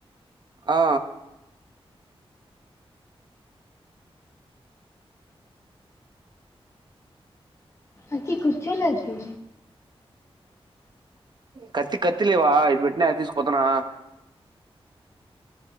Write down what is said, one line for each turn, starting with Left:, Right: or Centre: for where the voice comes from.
Right: ఆ
Left: అక కుచ్చో లేగే
Right: కత్తి కత్తి లేవా ఇది పెట్టినా తీసుకోతనా